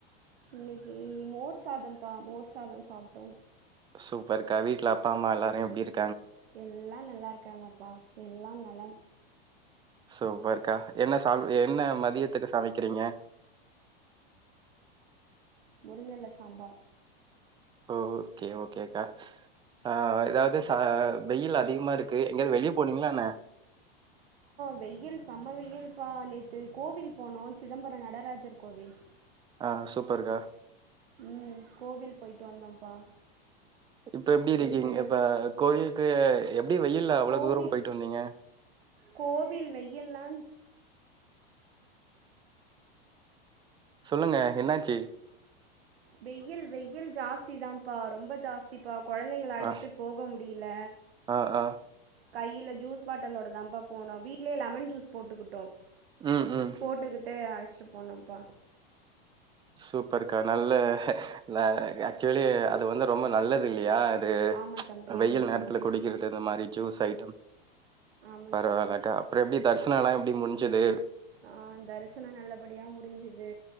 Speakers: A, on the right (about 90°); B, on the right (about 15°).
A: இன்னைக்கி மோர் சாதம்ப்பா மோர் சாதம் சாப்பிட்டோம்
B: சூப்பர்க்கா வீட்ல அப்பா அம்மா எல்லாரு எப்டி இருக்
A: எல்லா நல்லாருக்காங்கப்பா எல்லாம் நலம்
B: சூப்பர்க்கா என்ன சா என்ன மதியத்துக்கு சமைக்கிறிங்க
A: முருங்கெல சாம்பார்
B: ஓகே ஓகேக்கா ஆ எதாது ச வெயில் அதிகமா இருக்கு எங்கயாது வெளிய போனிங்ளா என்ன <inaudible>
A: வெய்யில் செம வெயில் பா நேத்து கோவில் போனோ சிதம்பர நடராஜர் கோவில்
B: ஆ சூப்பர்க்கா
A: ம் கோவில் போய்ட்டு வந்தோம்ப்பா
B: இப்ப எப்டி இருக்கு
A: நேத்து
B: இங்க இப்ப கோயில்க்கு எப்டி வெயில்ல அவ்ள
A: கோவில்
B: தூரம் போயிட்டு வந்திங்க
A: கோவில் வெய்யில்லா
B: சொல்லுங்க என்னாச்சு
A: வெய்யில் வெய்யில் ஜாஸ்தி தாம்ப்பா ரொம்ப ஜாஸ்திபா கொழந்தைங்கள அழச்சுட்டு
B: ஆ
A: போக முடியில
B: ஆ ஆ
A: கையில ஜூஸ் பாட்டலோட தாம்ப்பா போனோ வீ வீட்லயே லெமன் ஜூஸ் போட்டுக்குட்டோ
B: ம் ம்
A: போட்டுகிட்டு அழச்சிட்டு போனோம்ப்பா
B: சூப்பருக்கா நல்ல ல ஆக்சுவலி அது வந்து ரொம்ப நல்லது இல்லியா து
A: ஆமா தம்பி
B: வெயில்
A: ஆமா
B: நேரத்துல
A: தம்பி
B: குடிக்கறது இது மாரி ஜூஸ் ஐட்டம்
A: ஆமா
B: பரவால்லக்கா
A: தம்பி
B: அப்ற எப்டி தரிசனலா எப்டி முடிஞ்சுது
A: ஆ தரிசன நல்லபடியா முடிஞ்சுது